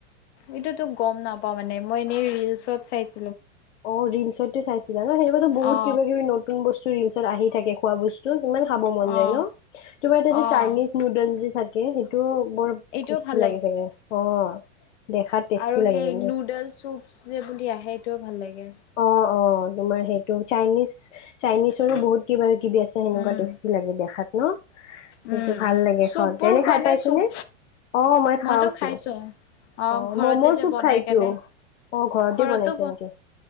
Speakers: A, on the left; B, on the left.
A: এইটো তো গম নাপাও মানে মই এনেই ৰিলচত চাইছো।
B: অ ৰিলচতে চাইছিলা ন সেনেকোৱাতো বহুত
A: অ
B: কিবা কিবি নতুন বস্তু ৰিলচত আহি থাকে খোৱা বস্তুত। সিমান খাব মন যায়
A: অ
B: ন? তোমাৰ এতে যে
A: অ',
B: চাইনিজ নুডন যদি থাকে ।সেইটো বৰ
A: এইটোও
B: টেষ্টি
A: ভাল
B: লাগে চাগে অ। দেখাত টেষ্টি
A: আৰু
B: লাগে
A: সেই
B: কিন্তু
A: নুডেল চুপ যে বুলি আহে সেইটোও ভাল লাগে।
B: অ অ তোমাৰ সেইটো চাইনিজ চাইনিজৰো বহুত কিবা কিবি আছে সেনেকুৱা
A: উম,
B: টেষ্টি লাগে দেখাত ন সেইটো
A: উম,
B: ভাল লাগে
A: চুপ
B: খ
A: বোৰ
B: এনে
A: খোৱা
B: খাই
A: নে
B: পাইছনে
A: চুপ?
B: অ মই
A: মইতো
B: খাওছো
A: খাইছো।
B: অ
A: ঘৰতে
B: মম'
A: যে
B: চুপ
A: বনাই
B: খাইছো।
A: কেনে
B: অ ঘৰতে
A: ঘৰতো
B: বনাইছে নেকি?